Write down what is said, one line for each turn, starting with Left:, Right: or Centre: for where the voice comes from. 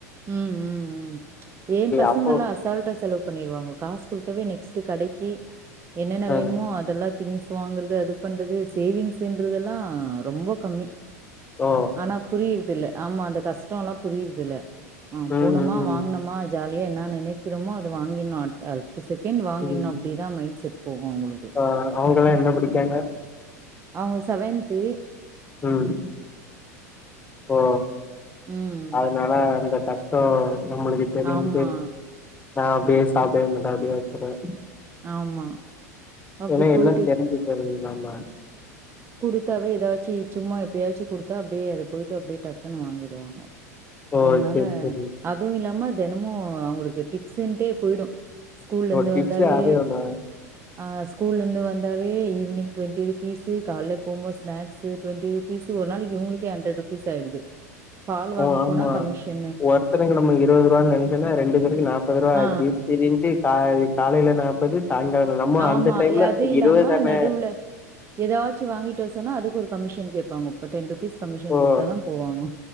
Right: ம் ம் ம் ஏ பசங்கல்லா
Left: அப்போ
Right: அசால்ட்டா செலவு பண்ணிருவாங்க காசு குடுத்தாவே நெக்ஸ்ட் கடைக்கு என்னென்ன
Left: ஆ
Right: வேணுமோ அதெல்லா திங்ஸ் வாங்குறது அது பண்றது சேவிங்ஸ்ன்றதெல்லா ரொம்ப கம்மி
Left: ஓ
Right: ஆனா புரியிறது இல்ல ஆமா அந்த கஷ்டோல்லா புரியிறதில்ல ஆ
Left: ம்
Right: போனமா
Left: ம் ம்
Right: வாங்னமா ஜாலி என்ன நெனைக்கிறோமோ அது வாங்கிர்னு அடுத் அடுத்த செகண்ட் வாங்கிர்னு
Left: ம்
Right: அப்டிதா மைண்ட் செட் போகு அவுங்களுக்கு
Left: ஆ அவங்கல்லா என்ன படிக்காங்க
Right: அவங்க செவன்த்
Left: ம் ஓ
Right: ம்
Left: அதனால அந்த சாச் ஓ நம்மளுக்கு தெரிஞ்சி
Right: ஆமா
Left: நா அப்டியே சாப்டவே மாட்டே அப்டியே வச்சிருவே
Right: ஆமா அப்டி
Left: ஏன்னா
Right: போயிட்டு
Left: எல்லா தெரிஞ்சு போயிருதுல்ல ஆமா
Right: குடுத்தாவே ஏதாச்சு சும்மா எப்பயாச்சு குடுத்தா அப்டியே அத போயிட்டு அப்டியே டக்குன்னு வாங்கிடுவாங்க
Left: ஓ
Right: அதனால
Left: சேரி சேரி
Right: அதுவு இல்லாம தினமு அவங்களுக்கு டிப்ஸ்ன்ட்டே போயிடு ஸ்கூல்லர்ந்து
Left: ஓ டிப்ஸே
Right: வந்தாவே
Left: அதே ஒண்ணு
Right: ஆ ஸ்கூல்லந்து வந்தாவே ஈவினிங் டுவெண்ட்டி ருபீசு காலேல போம்போது ஸ்நாக்ஸ் டுவெண்டி ருபீஸ் ஒரு நாளைக்கு இவங்களுக்கே ஹண்ட்ரட் ருபீஸ் ஆயிடுது பால் வாங்க
Left: ஓ ஆமா
Right: போனா கமிஷன்
Left: ஒருத்தனுக்கு நம்ம இருபது ரூபான்னு நெனைச்சன்னா ரெண்டு பேருக்கு நாப்பது ரூபா ஆச்சு
Right: ஆ
Left: செரின்ட்டு கா காலேல நாப்பது சாயங்காலோ நம்ம
Right: ஆமா
Left: அந்த டைம்ல
Right: அது இல்லாம
Left: இருவதுதான
Right: நடுவுல ஏதாச்சு வாங்கிட்டு வர சொன்னா அதுக்கு ஒரு கமிஷன் கேப்பாங்க ஒரு டென் ருபீஸ் கமிஷன்
Left: ஓ
Right: குடுத்தா தா போவாங்க